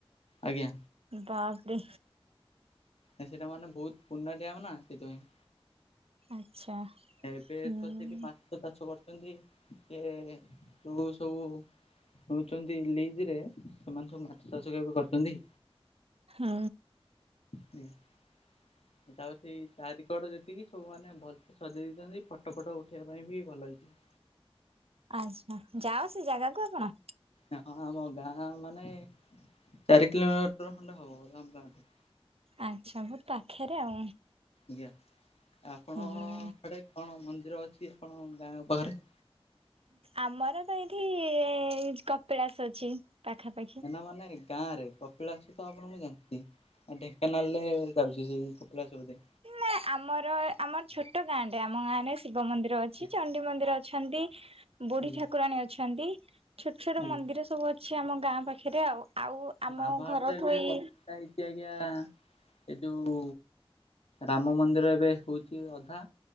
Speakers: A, on the left; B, on the right.
A: ଆଜ୍ଞା।
B: ବାପରେ।
A: ଆ ସେଟା ମାନେ ବହୁତ ପୁରୁଣା ଡ୍ୟାମ୍ ନା ସେଥିପାଇଁ।
B: ଆଚ୍ଛା।
A: ଏବେ
B: ହୁଁ।
A: ତ ସେଠି ପାଞ୍ଚ ଚାଷ କରୁଚନ୍ତି କିଏ ଯୋଉ ସବୁ ଲୁଚନ୍ତି ଲିଜି ରେ ସେମାନେ ସବୁ ମାଛ ଚାଷ କେବେ କରୁଚନ୍ତି।
B: ହଁ।
A: ସେଟା ହେଉଛି ଚାରି କଡ ଯେତିକି ସବୁ ମାନ ଭଲସେ ସଜେଇ ଦେଇଚନ୍ତି ଫଟୋ ଫଟୋ ଉଠେଇବା ପାଇଁ ବି ଭଲ ହେଇଚି।
B: ଆଛା ଯାଅ ସେ ଜାଗାକୁ ଆପଣ?
A: ହଁ ଆମ ଗାଁ ମାନେ ଚାରି କିଲୋମିଟର ଖଣ୍ଡେ ହବ ଆମ ଗାଁଠୁ।
B: ଆଚ୍ଛା ବୋହୁତ ପାଖେରେ ଆଉ।
A: ଆଜ୍ଞା ଆପଣ
B: ହୁଁ
A: ଆଡ଼େ କଣ ମନ୍ଦିର ଅଛି ଆପଣ ଗାଁ ପାଖେରେ।
B: ଆମର ତ ଏଇଠି କପିଳାସ ଅଛି। ପାଖାପାଖି
A: ଏନା ମାନେ ଗାଁ ରେ କପିଳାସ ତ ଆପଣଙ୍କୁ ଜାଣିନ୍ତି ଢେଙ୍କାନାଳ ରେ ଦାଉଛି ସେ କପିଲାସବୋଧେ।
B: ନା ଆମର ଆମର ଛୋଟ ଗାଁଟରେ ଆମ ଗାଁରେ ଶିବ ମନ୍ଦିର ଅଛି
A: ଆଜ୍ଞା
B: ଚଡି ମନ୍ଦିର ଅଛନ୍ତି ବୁଢୀ
A: ଆଜ୍ଞା।
B: ଠାକୁରାଣୀ ଅଛନ୍ତି। ଛୋଟ ଛୋଟ
A: ଆଜ୍ଞା
B: ମନ୍ଦିର ସବୁ ଅଛି ଆମ ଗାଁ ପାଖରେ ଆଉ। ଆମ
A: ଆମର
B: ଘରଠୁ
A: ତ ଏବେ
B: ଏଇ
A: ବସ। ହେଇଛି ଆଜ୍ଞା ଏ ଯୋଉ ରାମ ମନ୍ଦିର ଏବେ ହଉଛି ଅଧା